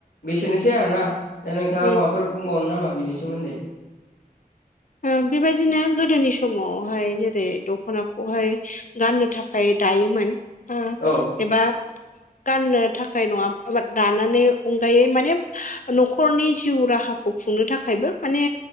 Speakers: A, on the left; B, on the left.
A: बेसेनोसै आरो ना दा नोंथाङा
B: उम
A: माबाफोर बुंबावनो नामा बिनि सोमोन्दै
B: ओ बेबायदिनो गोदोनि समावहाय जेरै दख'नाखौहाय गाननो थाखाय थाखाय दायोमोन ओ
A: औ
B: एबा गाननो थाखाय नङाबाबो दानानै अनगायै माने न'खरनि जिउ राहाखौ खौ खुंनो थाखायबो माने